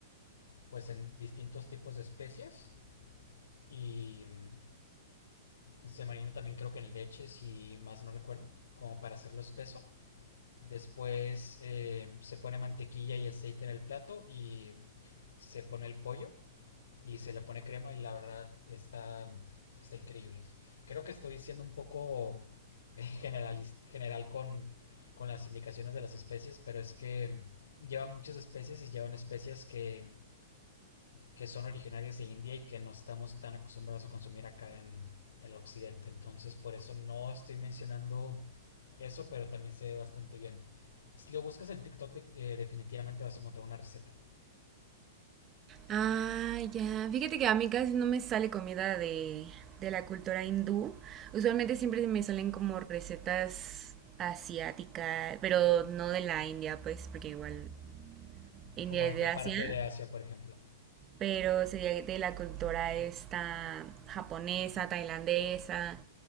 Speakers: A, on the left; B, on the right.
A: pues en distintos tipos de especias y mm, Se marina también creo que en leche, si más no recuerdo, como para hacerlo espeso. Después eh, se pone mantequilla y aceite en el plato y se pone el pollo y se le pone crema y la verdad está, está increíble. Creo que estoy siendo un poco generalis- general con, con las indicaciones de las especies, pero es que lleva muchas especies y llevan especies que que son originarias de India y que no estamos tan acostumbrados a consumir acá en, en el occidente. Entonces, por eso no estoy mencionando eso, pero también se ve bastante bien. Si lo buscas en TikTok, eh, definitivamente vas a encontrar una receta.
B: Ah, ya. Fíjate que a mí casi no me sale comida de, de la cultura hindú. Usualmente siempre me salen como recetas asiáticas, pero no de la India, pues, porque igual India
A: Como de
B: es
A: qué
B: de Asia,
A: parte de Asia, por ejemplo.
B: pero sería de la cultura esta japonesa, tailandesa